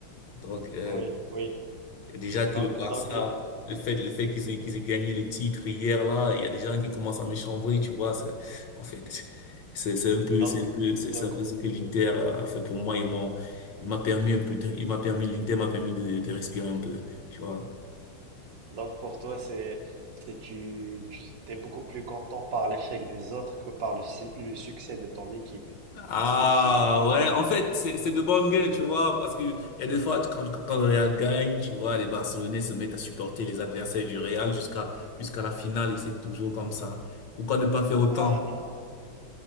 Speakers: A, on the left; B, on the right.
A: donc. Euh,
B: Oui, oui.
A: Déjà que
B: Donc,
A: le Barça,
B: donc,
A: le fait, le fait qu'ils aient, qu'ils aient gagné le titre hier, là, il y a des gens qui commencent à me chambrer, tu vois. c'est- En fait, c'est, c'est un peu,
B: donc,
A: c'est un peu, c'est
B: donc,
A: c'est un peu ce que l'Inter a fait pour moi. Ils m'ont, il m'a permis un peu de- il m'a permis, l'Inter m'a permis de, de respirer un peu, tu vois.
B: Donc pour toi, c'est, c'est tu, tu t'es beaucoup plus content par l'échec des autres que par le, si le succès de ton équipe.
A: Ah
B: Si, si, j'ai compris.
A: ouais, en fait, c'est c'est de bonnes guerres, tu vois, parce que il y a des fois, quand, quand le Real gagne, tu vois, les Barcelonais se mettent à supporter les adversaires du Real jusqu'à jusqu'à la finale et c'est toujours comme ça. Pourquoi ne pas faire autant?
B: Ah non.